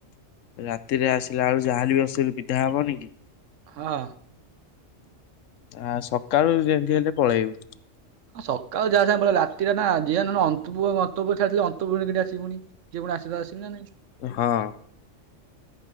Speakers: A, on the left; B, on the right.
A: ରାତିରେ ଆସିଲା ବେଳକୁ ଯାହାଲେବି ଅସୁ ବିଧା ହବନିକି?
B: ହଁ।
A: ଆ ସକାଳୁ ଯେମିତି ହେଲେ ପଳେଇବୁ।
B: ହଁ ସକାଳ ଯାହା ସାଙ୍ଗେ ପଳେ ରାତିରେ ନା ଯିଏ ନ ଅନ୍ତୁଅ ଅନ୍ତୁ ଛାଡିଦେଲେ ଅନ୍ତୁ କେମିତି ଆସିବି ପୁଣି? କିଏ ପୁଣି ଆସିଲେ ଆସିବି ନା ନାଇଁ।
A: ହଁ।